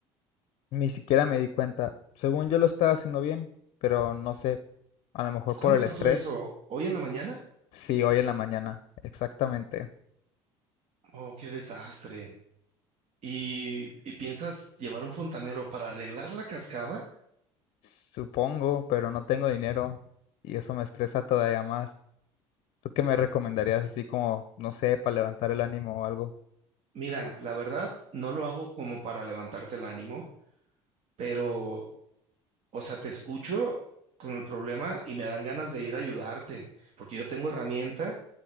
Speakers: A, on the left; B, on the right.
A: Ni siquiera me di cuenta. Según yo lo estaba haciendo bien, pero no sé, a lo mejor
B: ¿Cuándo
A: por el
B: pasó
A: estrés.
B: eso? ¿Hoy en la mañana?
A: Sí, hoy en la mañana, exactamente.
B: Oh, qué desastre. ¿Y, y piensas llevar un fontanero para arreglar la cascada?
A: Supongo, pero no tengo dinero y eso me estresa todavía más. ¿Tú qué me recomendarías así como, no sé, para levantar el ánimo o algo?
B: Mira, la verdad, no lo hago como para levantarte el ánimo, pero O sea, te escucho con el problema y me dan ganas de ir a ayudarte, porque yo tengo herramienta